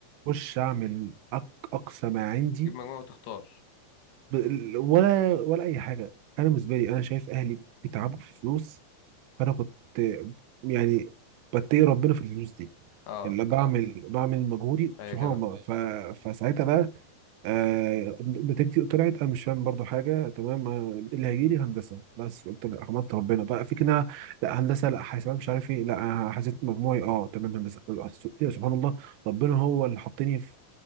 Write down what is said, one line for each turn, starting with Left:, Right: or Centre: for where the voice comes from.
Right: اخش اعمل أق- اقصى ما عندي
Left: تجيب مجموعة وتختار
Right: ب... ولا ولا اي حاجه انا بالنسبه لي انا شايف اهلي بيتعبوا في فلوس فانا كنت يعني بتقي ربنا في الفلوس دي
Left: اه
Right: اللي اه بعمل بعمل مجهودي
Left: أي
Right: سبحان
Left: يا جدع
Right: الله أيوة. ف... فساعتها بقى آه... نتيجتي طلعت انا مش فاهم برضو حاجه تمام آه، اللي هيجي لي هندسه بس قلت لا حمدت ربنا بقى في كده لا هندسه لا حاسبات مش عارف ايه لا حسيت مجموعي اه تمام هندسه سبحان الله ربنا هو اللي حطني في